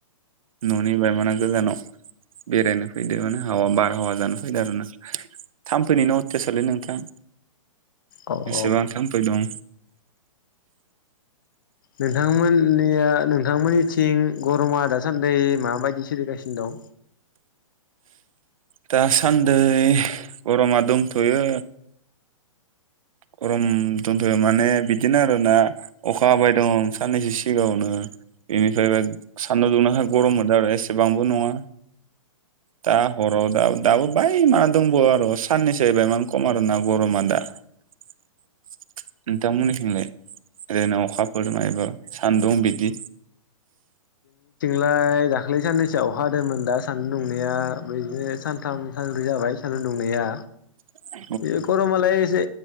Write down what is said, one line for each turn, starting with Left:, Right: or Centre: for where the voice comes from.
Right: ननि बायमाना गोजानाव। बेरायनो फैदो माने हावा बारहावा जानो फैदो आरोना। थामफैनिनो अथेसालै नोंथां
Left: औ
Right: एसेबां
Left: औ
Right: थाम्फै दं।
Left: नोंथांमोननिया नों नोंथांमोननिथिं गरमा दासान्दि माबायदि सोलिगासिनो दं?
Right: दासान्दै गरमा दंथयो। गरम दंथयो माने बिदिनो आरोना अखा हाबाय दं साननैसो सिगाङावनो बेनिफ्राय सान्दुं दुंनायखाय गरममोनदों आरो एसेबांबो नङा। दा हराव दा दाबो बाय मा दंबावो आरो साननैसो बायमान खम आरोना गरमा दा। <inaudible> नोंथांमोननिथिंलाय ओरैनो अखाफोर मायबा सान्दुं बिदि
Left: लाय दाख्लै साननैसोआ अखा हादोंमोन दा सान्दुं दुंनाया बिदिनो सानथाम सानब्रै जाबाय सान दुंनाया
Right: <inaudible>
Left: बे गरमालाय एसे